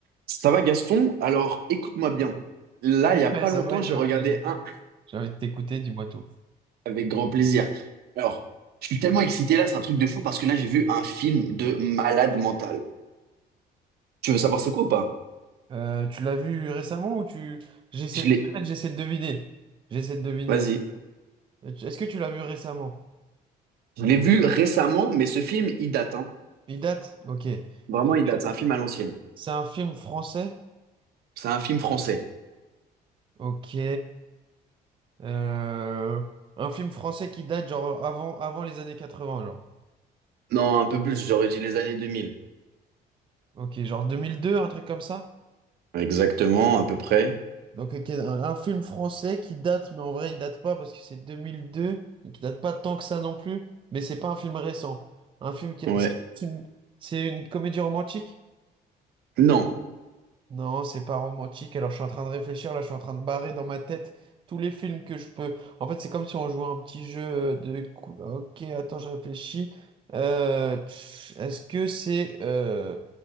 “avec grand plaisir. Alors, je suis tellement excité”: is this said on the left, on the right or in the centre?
Right